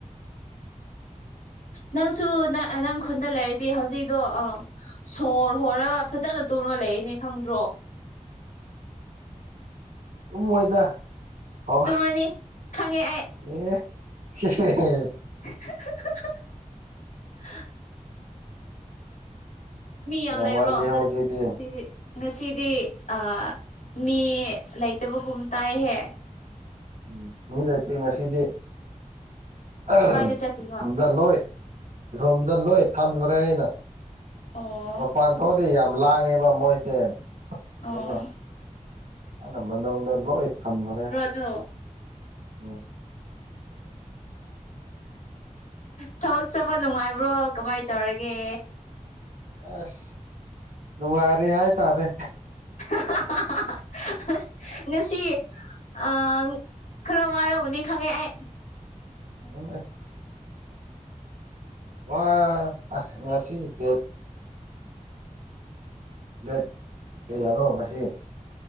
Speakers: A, on the left; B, on the right.
A: ꯅꯪꯁꯨ ꯅꯪ ꯅꯪ ꯈꯨꯟꯗ ꯂꯩꯔꯗꯤ ꯍꯧꯖꯤꯛꯗꯣ ꯑꯣ ꯁꯣꯔ ꯍꯣꯔꯒ ꯐꯖꯅ ꯇꯨꯝꯃ ꯂꯩꯔꯅꯤ ꯈꯪꯗ꯭ꯔꯣ
B: ꯇꯨꯝꯃꯣꯏꯗ ꯑꯣ
A: ꯇꯨꯝꯔꯅꯤ ꯈꯪꯉꯦ ꯑꯩ
B: ꯑꯦ ꯍꯦ ꯍꯦ ꯍꯦ
A: <unintelligible> ꯃꯤꯌꯥꯝ
B: ꯌꯥꯝ
A: ꯂꯩꯕ꯭ꯔꯣ
B: ꯉꯜꯂꯤ
A: ꯉ
B: ꯍꯧꯖꯤꯛꯇꯤ
A: ꯉꯁꯤꯗꯤ ꯉꯁꯤꯗꯤ ꯑ ꯃꯤ ꯂꯩꯇꯕꯒꯨꯝ ꯇꯥꯏꯍꯦ
B: ꯎꯝ ꯃꯤ ꯂꯩꯇꯦ ꯉꯁꯤꯗꯤ ꯑꯍ
A: ꯀꯥꯏꯗ ꯆꯠꯂꯤꯔꯣ
B: <inaudible> ꯗ ꯂꯣꯏ ꯔꯣꯝꯗ ꯂꯣꯏ ꯊꯝꯒ꯭ꯔꯦ ꯑꯩꯅ
A: ꯑꯣ
B: ꯃꯄꯥꯟ ꯊꯣꯛꯑꯗꯤ ꯌꯥꯝ ꯂꯥꯡꯉꯦꯕ ꯃꯣꯏꯁꯦ
A: ꯑꯣ
B: ꯑꯗꯨꯅ ꯑꯩꯅ ꯃꯅꯨꯡꯗ ꯂꯣꯏ ꯊꯝꯒꯔꯦ
A: ꯇꯣ꯫
B: ꯎꯝ꯫
A: ꯊꯕꯛ ꯆꯠꯄ ꯅꯨꯡꯉꯥꯏꯕ꯭ꯔꯣ ꯀꯃꯥꯏ ꯇꯧꯔꯒꯦ꯫
B: ꯑꯁ ꯅꯨꯡꯉꯥꯏꯔꯤ ꯍꯥꯏꯇꯥꯔꯦ꯫
A: ꯍꯥ ꯍꯥ ꯍꯥ ꯉꯁꯤ ꯑ꯫ ꯈꯔ ꯋꯥꯔꯧꯒꯅꯤ ꯈꯪꯉꯦ ꯑꯩ꯫
B: ꯑ <unintelligible> ꯋꯥ ꯑꯁ ꯉꯁꯤ ꯗꯤ꯫ ꯗꯦꯠ ꯀꯅꯣꯔꯣ ꯉꯁꯤ꯫